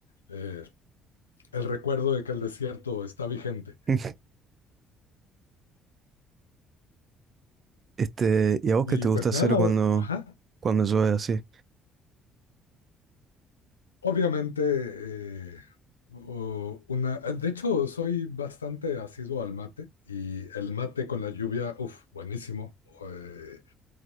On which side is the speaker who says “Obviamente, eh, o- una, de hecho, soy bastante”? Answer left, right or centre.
Left